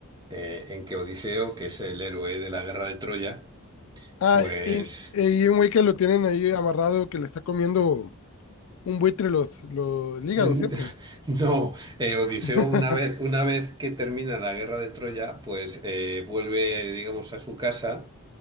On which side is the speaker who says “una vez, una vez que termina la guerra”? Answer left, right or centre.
Right